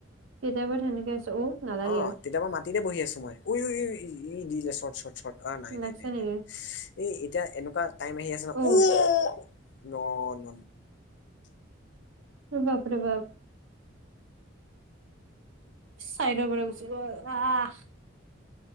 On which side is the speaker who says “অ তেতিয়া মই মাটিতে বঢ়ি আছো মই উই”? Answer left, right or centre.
Left